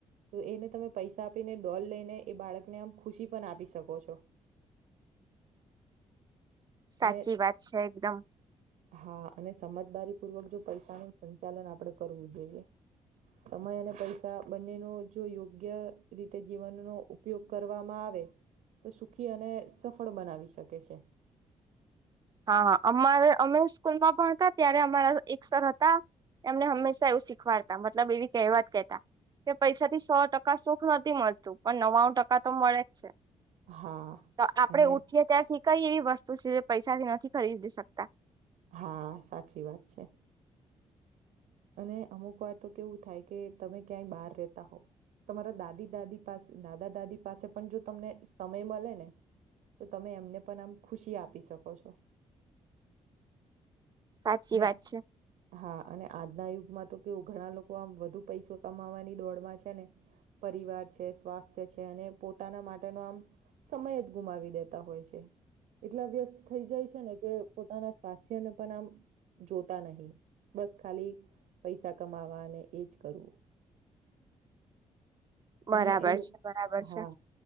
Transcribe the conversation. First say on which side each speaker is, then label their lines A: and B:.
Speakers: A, on the right; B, on the right.
A: તો એને તમે પૈસા આપીને ડોલ લઈને એ બાળકને આમ ખુશી પન આપી શકો છો.
B: સાચી
A: અને
B: વાત છે, એકદમ
A: હા અને સમજદારી પૂર્વક જો પૈસાનું સંચાલન આપડે કરવું જોઈએ સમય અને પૈસા બંનેનો જો યોગ્ય રીતે જીવનનો ઉપયોગ કર રવામાં આવે તો સુખી અને સફળ બનાવી શકે છે.
B: હા હા અમારે અમે સ્કૂલમાં ભણતા હતા ત્યારે અમારા એક સર હતા એમને હંમેશા એવું શીખવાડતા મતલબ એવી કહેવત કેતા તે પૈસાથી સો ટકા સુખ નથી મળતું પણ ન્વાણું ટકા તો મળેજ છે.
A: હા
B: તો આપડે
A: અને
B: ઉઠીએ ત્યાંથી કઈ એવી વસ્તુ છે, જે પૈસાથી નથી ખરીદી શકતા
A: હા સાચી વાત છે. અને અમુક વાર તો કેવું થાય કે તમે ક્યાંય બહાર રેતા હોવ તમારા દાદી દાદી પાસે દાદા દાદી પાસે પણ જો તમને સમય મલે ને તો તમે એમને પણ આમ ખુશી આપી શકો છો.
B: સાચી
A: ને
B: વાત છે
A: હા અને આજના યુગમાં તો કેવું ઘણા લોકો આમ વધુ પૈસો કમાવાની દોડમાં છેને પરિવાર છે, સ્વાસ્થ્ય છે, અને પોતાના માટેનો આમ સમય જ ગુમાવી દેતા હોય છે. એટલા વ્યસ્ત થઈ જાય છે, ને કે પોતાના સ્વાસ્થ્યને પણ આમ જોતા નહીં બસ ખાલી પૈસા કમાવા અને એજ કરવું
B: બરાબર
A: અને એ લોક
B: છે બરાબર
A: હા
B: છે